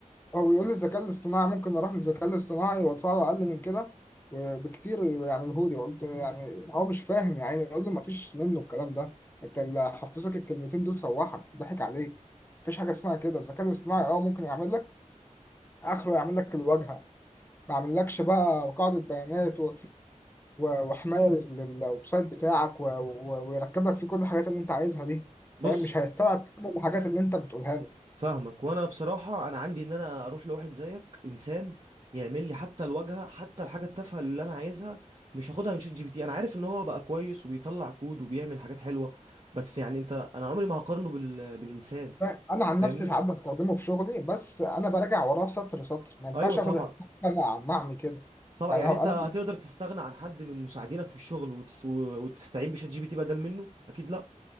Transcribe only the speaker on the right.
بص
فاهمك وانا بصراحه انا عندي ان انا اروح لواحد زيك انسان يعمل لي حتى الواجهه حتى الحاجه التافهه اللي انا عايزها مش هاخدها من شات جي بي تي انا عارف ان هو بقى كويس وبيطلع كود وبيعمل حاجات حلوه بس يعني انت انا عمري ما هقارنه بال... بالانسان
فاهمني
ايوه طبعا
طبعا
يعني
انت
هتقدر تستغنى عن حد من مساعدينك في الشغل وتس... وتستعين بشات جي بي تي بدل منه اكيد لا